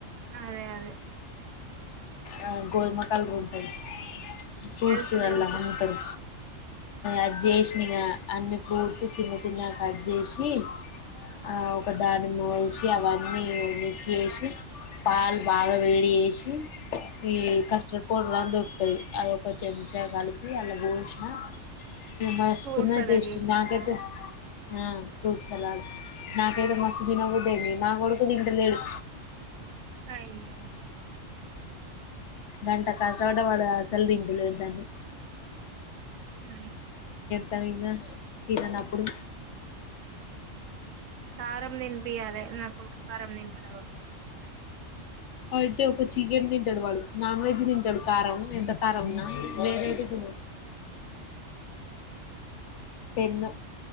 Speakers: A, on the right; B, on the left.
A: అదే అదే
B: ఆ గోదుమకాలడ్రుంటంది ఫ్రూట్స్లాల్ల
A: తెలుసు తెలుసు
B: అమ్ముతరు అజేశ్నిగా అన్నీ పూడ్చి చిన్న చిన్నగా కట్ జేసి ఆ ఒక దానిమో షి అవన్నీ మిక్స్ యేషి పాలు బాగా వేడి యేషి ఈ కస్టర్డ్ పౌడర్ అన్ దొరుకుతది అదో ఒక చెంచా గలిపి అల ఓష్ణ ఇగ మస్తున్నది
A: ఫ్రూట్ సలాడ్
B: టేస్ట్
A: చేసినావా
B: నాకైతే ఆ ఫ్రూట్ సలాడ్ నాకైతే మస్తు తినబుది ఐంది నా గొడు కుదింటలేడు
A: అయ్యో
B: గంట కష్ట వడ్డ వాడు అసలు దింటలేడు దన్ని
A: ఆ
B: తమిగా తిననప్పుడు
A: కారం నింపియాలె నా కొడుకు కారం నింపి రావా
B: ఐతే ఒక చికెన్ తింటడు వాడు నాన్ వెజ్ తింటాడు కారం ఎంత కారం ఉన్నా నేనయితే తిన పెన్